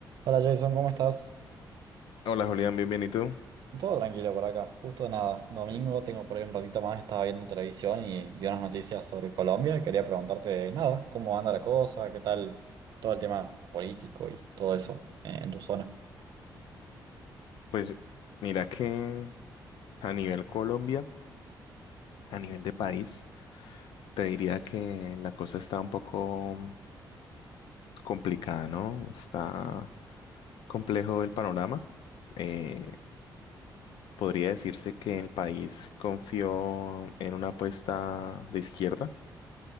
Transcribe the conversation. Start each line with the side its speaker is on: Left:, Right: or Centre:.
Right: Hola Jason, ¿cómo estás?
Left: Hola Julián, bienvenido.
Right: Todo tranquilo por acá. Justo nada, domingo tengo por ahí un ratito más, estaba viendo televisión y vi unas noticias sobre Colombia y quería preguntarte nada, cómo anda la cosa, qué tal todo el tema político y todo eso eh, en tu zona.
Left: Pues mira que a nivel Colombia, a nivel de país, te diría que la cosa está un poco complicada, ¿no? Está complejo el panorama. Eh, podría decirse que el país confió en una apuesta de izquierda.